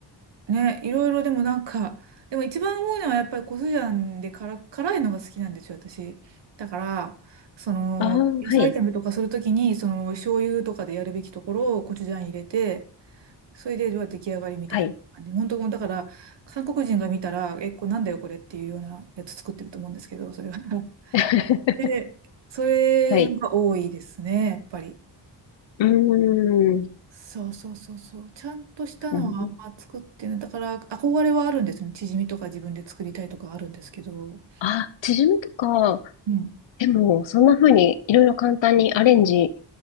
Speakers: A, on the right; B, on the left.
A: ね、いろいろでもなんか、でも一番多いのはやっぱりコスジャンで辛、辛いのが好きなんですよ、私。だから、その、
B: ああ、
A: 野菜炒めとかするときに、
B: はい。
A: その、醤油とかでやるべきところをコチュジャン入れて、それで、まあ出来上がりみたいな感じ。
B: はい。
A: 本当、だから、韓国人が見たら、え、これなんだよ、これっていうようなやつ作ってると思うんですけど、それは。<laughs>
B: <laughs>
A: で、それが多いですね、
B: はい。
A: やっぱり。
B: うーん。
A: そうそうそうそう。ちゃんとしたのはあんま作ってない。
B: ん
A: だから、憧れはあるんですね。チヂミとか自分で作りたいとかあるんですけど。
B: あ、チヂミとか、
A: うん。
B: でも、そんな風にいろいろ簡単にアレンジ、